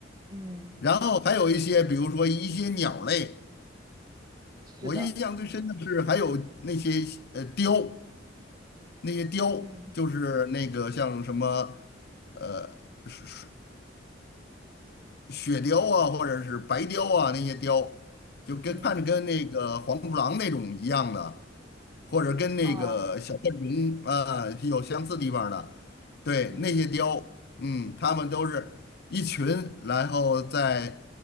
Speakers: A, on the right; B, on the left.
A: 嗯，
B: 然后还有一些，比如说一些鸟类，
A: 是的，
B: 我印象最深的是还有那些呃雕，那些雕就是那个像什么
A: 嗯
B: 呃。是是。雪雕啊，或者是白雕啊那些雕就跟看着跟那个黄鼠狼那种一样的，
A: 嗯
B: 或者跟那个小浣熊啊有相似地方的，
A: 哦
B: 对，
A: 嗯
B: 那些雕，嗯，他们都是一群，然后在